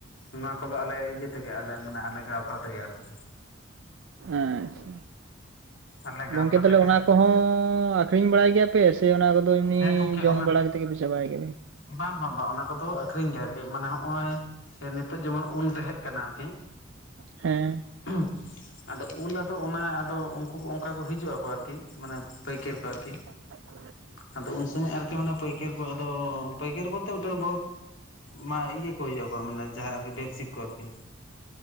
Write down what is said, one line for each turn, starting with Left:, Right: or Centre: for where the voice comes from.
Left: ᱱᱚᱶᱟ ᱠᱚᱫᱚ ᱟᱞᱮ ᱤᱭᱟᱹ ᱛᱮᱜᱮ ᱟᱞᱮ ᱢᱟᱱᱮ ᱟᱞᱮ ᱜᱟᱶᱛᱟ ᱛᱮᱜᱮ ᱟᱨᱠᱤ᱾
Right: ᱟᱸᱪᱪᱷᱟ,
Left: ᱟᱞᱮ
Right: <inaudible>
Left: ᱜᱟᱶᱛᱟ
Right: ᱜᱚᱝᱠᱮ ᱛᱟᱦᱚᱞᱮ
Left: ᱛᱮᱜᱮ
Right: ᱚᱱᱟ
Left: ᱟᱨᱠᱤ
Right: ᱠᱚᱦᱚᱸᱟᱨᱼᱼ ᱟᱠᱷᱨᱤᱧ ᱵᱟᱲᱟᱭ ᱜᱮᱭᱟ ᱯᱮ ᱥᱮ ᱚᱱᱟ ᱠᱚᱫᱚ ᱮᱢᱱᱤ
Left: ᱦᱮᱸ ᱜᱚᱝᱠᱮ
Right: ᱡᱚᱢ
Left: ᱚᱱᱟ
Right: ᱵᱟᱲᱟ ᱠᱟᱛᱮᱜ ᱜᱮᱯᱮ‌ ᱪᱟᱵᱟᱭ ᱜᱮᱭᱟ ᱯᱮ?
Left: ᱵᱟᱝ ᱵᱟᱝ ᱵᱟᱝ ᱚᱱᱟ ᱠᱚᱫᱚ ᱟᱹᱠᱷᱨᱤᱧ ᱜᱮ ᱟᱨᱠᱤ ᱢᱟᱱᱮ ᱦᱚᱸᱜ-ᱚᱭᱼᱼ ᱡᱮ ᱱᱤᱛᱚᱜ ᱡᱮᱢᱚᱱ ᱩᱞ ᱛᱟᱦᱮᱸ ᱠᱟᱱᱟ ᱟᱨᱠᱤᱼᱼ
Right: ᱦᱮᱸ᱾
Left: <unintelligible> ᱟᱫᱚ ᱩᱞ ᱟᱫᱚ ᱚᱱᱟ ᱟᱫᱚ ᱩᱱᱠᱩ ᱚᱱᱠᱟ ᱠᱚ ᱦᱤᱡᱩᱜ ᱟᱠᱚ ᱟᱨᱠᱤ ᱢᱟᱱᱮ ᱯᱟᱹᱭᱠᱟᱹᱨ ᱠᱚ ᱟᱨᱠᱤ
Right: <unintelligible>
Left: ᱟᱫᱚ ᱩᱱ ᱥᱚᱢᱚᱭ ᱟᱨᱠᱤ ᱢᱟᱱᱮ ᱯᱟᱹᱭᱠᱟᱹᱨ ᱠᱚ ᱟᱫᱚ ᱯᱟᱹᱭᱠᱟᱹᱨ ᱵᱚᱞᱛᱮ ᱢᱤᱫᱴᱮᱱ ᱢᱟ ᱤᱭᱟᱹ ᱠᱚ ᱦᱤᱡᱩᱜᱼᱟ ᱠᱚ ᱢᱟᱱᱮ ᱡᱟᱦᱟᱸ ᱟᱨᱠᱤ ᱵᱮᱯᱥᱤᱠ ᱠᱚ ᱟᱨᱠᱤ